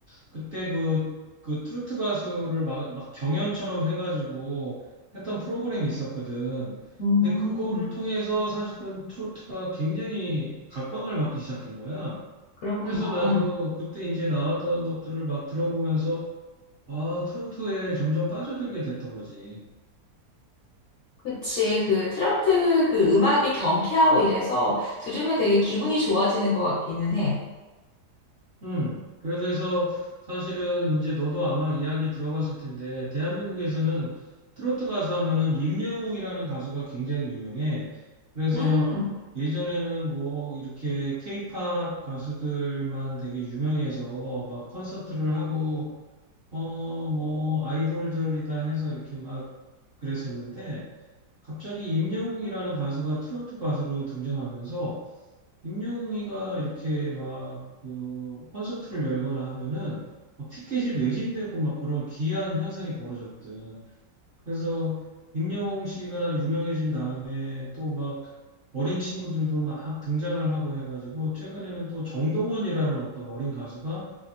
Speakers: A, on the right (about 55°); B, on the left (about 70°).
A: 그때 그, 그 트로트 가수를 막, 막 경연처럼 해가지고 했던 프로그램이 있었거든.
B: 음,
A: 근데 그거를 통해서 사실은 트로트가 굉장히 각광을 받기 시작한 거야.
B: 그렇구나.
A: 그래서 나도 그때 이제 나왔던 것들을 막 들어보면서 아, 트로트에 점점 빠져들게 됐던 거지.
B: 그치. 그 트로트 그 음악이 경쾌하고 이래서 들으면 되게 기분이 좋아지는 것 같기는 해.
A: 음, 그래서 사실은 이제 너도 아마 이야기 들어봤을 텐데, 대한민국에서는 트로트 가수 하면은 임영웅이라는 가수가 굉장히 유명해. 그래서
B: 음.
A: 예전에는 뭐 이렇게 케이팝 가수들만 되게 유명해서 막 콘서트를 하고, 어, 뭐 아이돌들이다 해서 이렇게 막 그랬었는데, 갑자기 임영웅이라는 가수가 트로트 가수로 등장하면서 임영웅이가 이렇게 막그 콘서트를 열거나 하면은 막 티켓이 매진되고 막 그런 기이한 현상이 벌어졌거든. 그래서 임영웅 씨가 유명해진 다음에 또 막 어린 친구들도 막 등장을 하고 해가지고 최근에는 또 정동원이라는 어떤 어린 가수가